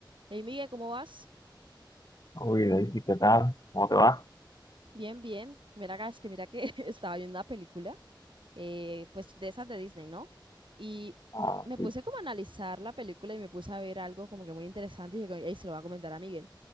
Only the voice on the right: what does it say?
Hey Miguel, ¿cómo vas?
Bien, bien. Mira acá, es que mira que <laughs> estaba viendo una película, eh, pues de esas de Disney, ¿no? Y
me
puse como a analizar la película y me puse a ver algo como que muy interesante y dije, "Ey, se lo voy a comentar a Miguel.